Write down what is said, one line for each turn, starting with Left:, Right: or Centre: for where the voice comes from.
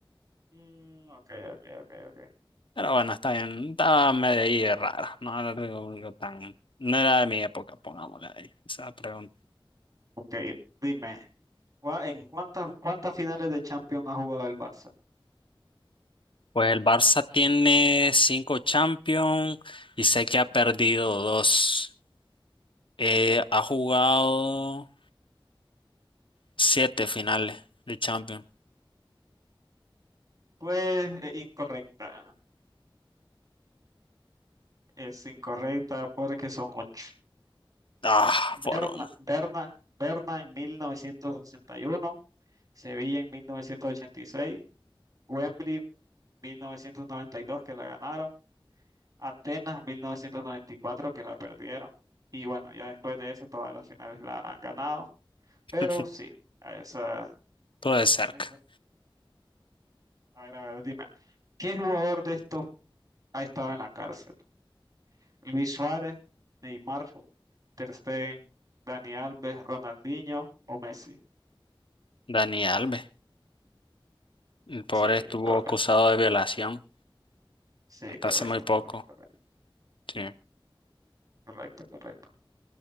Right: Mm, ok, ok, ok, ok.
Left: Pero bueno, está bien. Estaba medio ahí rara. No era algo- algo tan. No era de mi época, pongámosle ahí. Esa pregunta.
Right: Ok, dime, ¿cuá- ¿en cuántas, cuántas finales de Champions ha jugado el Barça?
Left: Pues el Barça tiene cinco Champions y sé que ha perdido dos. Eh, ha jugado siete finales de Champions.
Right: Pues eh, incorrecta, es incorrecta porque son ocho.
Left: Ah,
Right: Berna,
Left: por un.
Right: Berna, Berna en 1961, Sevilla en 1986, Wembley 1992 que la ganaron, Atenas 1994 que la perdieron. Y bueno, ya después de eso todas las finales la han ganado. Pero
Left: <laughs>
Right: sí, a esa,
Left: Todo de cerca.
Right: esa. A ver, a ver, dime. ¿Qué jugador de estos ha estado en la cárcel? Luis Suárez, Neymar, Ter Stegen, Dani Alves, Ronaldinho o Messi.
Left: Dani Alves. El pobre
Right: Sí,
Left: estuvo
Right: correcto.
Left: acusado de violación
Right: Sí,
Left: hasta
Right: correcto,
Left: hace muy poco.
Right: correcto, correcto,
Left: Sí.
Right: correcto, correcto.